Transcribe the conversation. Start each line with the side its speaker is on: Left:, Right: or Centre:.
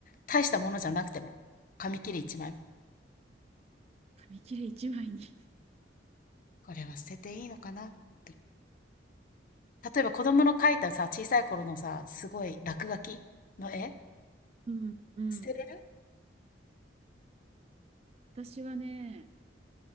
Left: 大したものじゃなくても。紙切れ1枚。
Right: 紙切れ一枚に。<laughs>
Left: これは捨てていいのかなとか例えば子供の描いたさ、小さい頃のさ、すごい落書きの絵
Right: うん、うん。
Left: 捨てれる
Right: 私はね、